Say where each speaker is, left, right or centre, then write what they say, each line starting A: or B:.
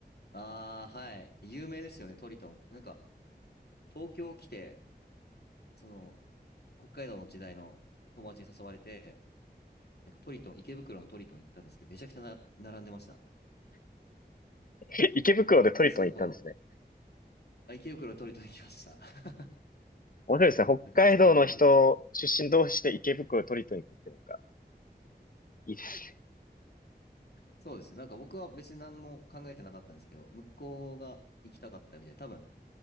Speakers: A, on the left; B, on the left.
A: ああ、はい。有名ですよね、トリトン。なんか、東京来て、その、北海道の時代の友達に誘われて、なんかトリトン、池袋のトリトン行ったんですけど、めちゃくちゃな、並んでました。
B: た。<laughs> 池袋でトリトン行ったんですね。
A: びっくりするほど。あ、池袋のトリトン行きました。<laughs>
B: 面白いですね。北海道の人出身同士で池袋を取りに行くっていうのが
A: なんか誘われたんで。
B: いいですね
A: そうですね。なんか僕は別に何も考えてなかったんですけど、向こうが行きたかったみたいな多分